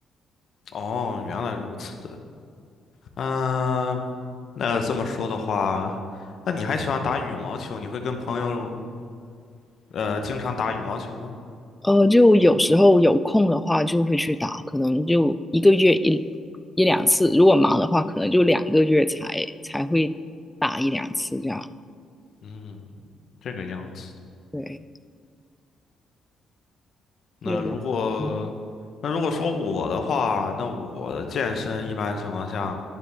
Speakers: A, on the left; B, in the centre.
A: 哦，原来如此。嗯、那这么说的话，那你还喜欢打羽毛球？你会跟朋友呃经常打羽毛球吗？
B: 呃，就有时候有空的话就会去打，可能就一个月一一两次，如果忙的话，可能就两个月才才会打一两次这样。
A: 嗯，这个样子。
B: 对，
A: 那如果那如果说我的话，
B: 就嗯
A: 那我的健身一般情况下